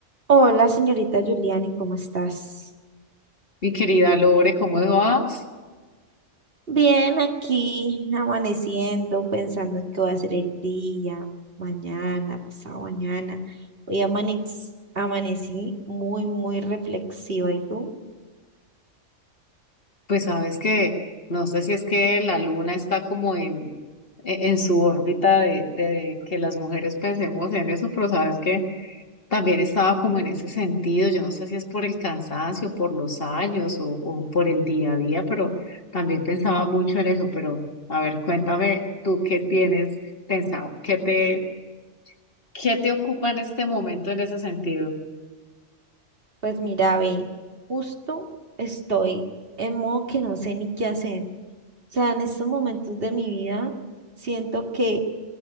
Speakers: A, on the right; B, on the left.
A: Hola, señorita Giuliani, ¿cómo estás?
B: Mi querida Lore, ¿cómo vas?
A: Bien, aquí amaneciendo, pensando en qué va a ser el día, mañana, pasado mañana. Hoy amanec- amanecí muy, muy reflexiva. ¿Y tú?
B: Pues sabes que no sé si es que la luna está como en, e- en su órbita de, de que las mujeres pensemos en eso, pero sabes que también estaba como en ese sentido. Yo no sé si es por el cansancio, por los años o, o por el día a día, pero también pensaba mucho en eso. Pero a ver, cuéntame tú qué tienes pensado, qué te, qué te ocupa en este momento en ese sentido.
A: Pues mira, ve, justo estoy en modo que no sé ni qué hacer. O sea, en estos momentos de mi vida siento que